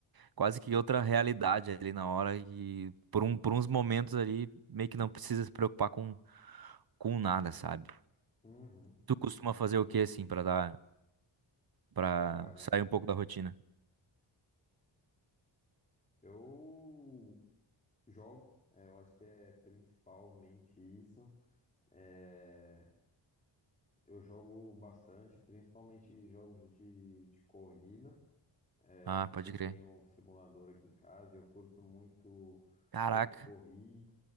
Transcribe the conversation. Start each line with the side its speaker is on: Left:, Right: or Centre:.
Right: quase que outra realidade ali na hora. E por, um, por uns momentos ali, meio que não precisa se preocupar com, com nada, sabe?
Left: Uhum.
Right: Tu costuma fazer o que assim pra dar, para
Left: Pô, cara,
Right: sair um pouco da rotina?
Left: eu Jogo, é, eu acho que é principalmente isso. É, eu jogo bastante, principalmente jogos de, de corrida, é
Right: Ah,
Left: porque
Right: pode
Left: eu
Right: crer.
Left: tenho um simulador aqui em casa e eu curto muito
Right: Caraca.
Left: jogo de corrida.